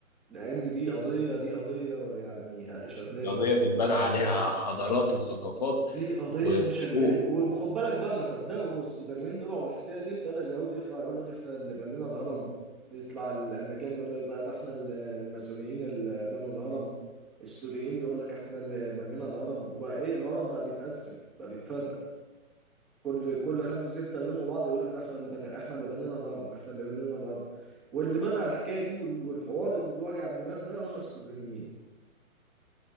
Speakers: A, in the centre; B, on the left.
A: لأن دي قضية دي قضية يعني شغلاني
B: قضية بتبان عليها حضارات وثقافات
A: دي قضية
B: وحقوق
A: شغلانة وخد بالك بقى ما صدقوا السودانيين طلعوا بالحكاية دي ابتدى اليهودي يطلع يقول لك احنا اللي بنينا الهرم يطلع الأمريكان يقول لك لا ده احنا ال- الماسونيين اللي بنوا الهرم السوريين يقول لك احنا اللي بنينا الهرم وبقى ايه الهرم بقى بيتقسم بقى بيتفرق كل كل خمسة ستة يلموا بعض يقول لك ده احنا اللي بني احنا اللي بنينا الهرم احنا اللي بنينا الهرم واللي بدأ الحكاية دي وال- والحوار اللي وجع الدماغ ده هم السودانيين